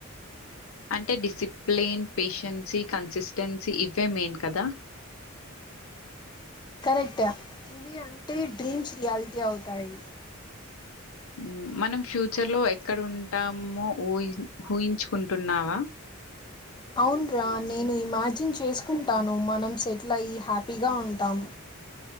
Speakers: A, on the left; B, on the left.
A: అంటే డిసిప్లెయిన్ పేషెన్సీ కన్సిస్టెన్సీ ఇవే మెయిన్ కదా
B: <unintelligible> ఇవి అంటే డ్రీమ్స్ రియాలిటీ అవుతాయి
A: మ్మ్ మనం ఫ్యూచర్ లో ఎక్కడంటామో ఊహిం ఊహించుకుంటున్నావా
B: అవున్రా నేను ఇమాజిన్ చేసుకుంటాను మనం సెటిల్ అయ్యి హ్యాపీగా ఉంటాం.